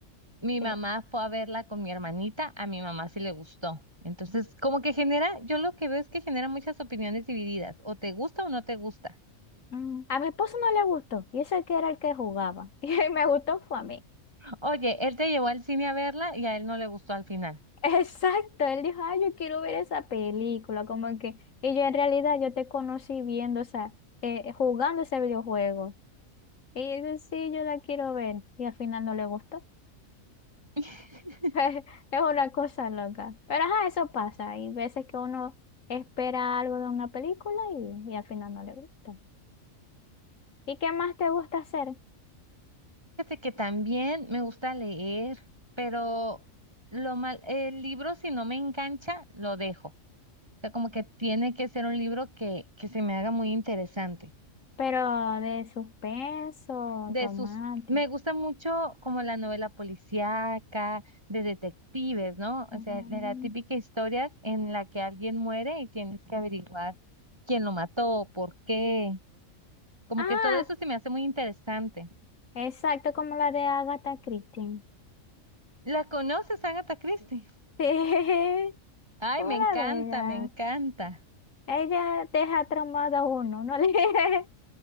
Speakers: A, on the right; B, on the left.
A: Mi
B: Sí.
A: mamá fue a verla con mi hermanita, a mi mamá sí le gustó. Entonces, como que genera, yo lo que veo es que genera muchas opiniones divididas, o te gusta o no te gusta.
B: Mm, A mi esposo no le gustó, y ese que era el que jugaba. <laughs> Y me gustó fue a mí.
A: Oye, él te llevó al cine a verla y a él no le gustó al final.
B: <laughs> Exacto, él dijo, ay, yo quiero ver esa película, como que, y yo en realidad yo te conocí viendo, o sea, eh, jugando ese videojuego. Y yo, sí, yo la quiero ver, y al final no le gustó.
A: <laughs>
B: <laughs> Es una cosa loca. Pero ajá, eso pasa. Hay veces que uno espera algo de una película y, y al final no le gusta. ¿Y qué más te gusta hacer?
A: Fíjate que también me gusta leer, pero lo mal, el libro si no me engancha, lo dejo. O sea, como que tiene que ser un libro que, que se me haga muy interesante.
B: Pero de suspenso,
A: de
B: romántico.
A: sus, me gusta mucho como la novela policíaca, de detectives, ¿no?
B: Mm.
A: O sea, de la típica historia en la que alguien muere y tienes que averiguar quién lo mató, por qué. Como
B: Ah,
A: que todo eso se me hace muy interesante.
B: exacto, como la de Agatha Christie.
A: ¿La conoces, Agatha Christie?
B: Sí, <laughs>
A: Ay,
B: como
A: me encanta,
B: la de ella.
A: me encanta.
B: Ella deja traumado a uno. Uno lee, <laughs>